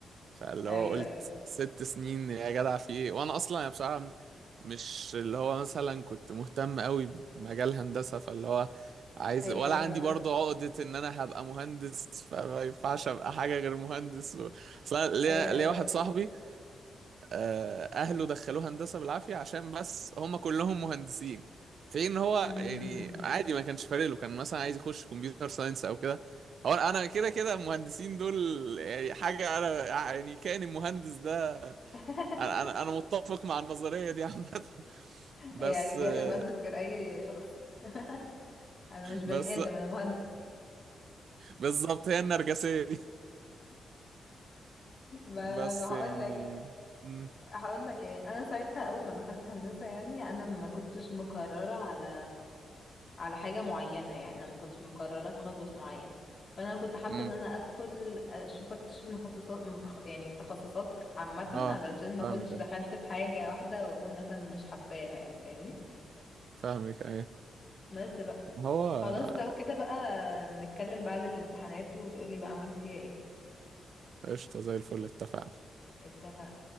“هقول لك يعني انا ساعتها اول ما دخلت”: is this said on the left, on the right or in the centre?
Left